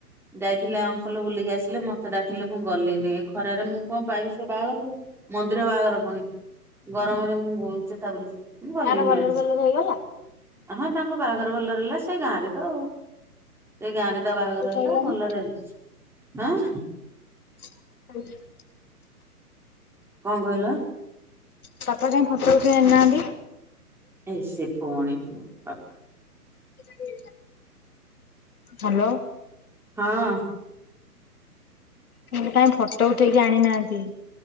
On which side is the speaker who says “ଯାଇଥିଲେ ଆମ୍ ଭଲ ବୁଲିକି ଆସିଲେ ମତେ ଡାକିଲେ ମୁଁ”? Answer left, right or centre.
Centre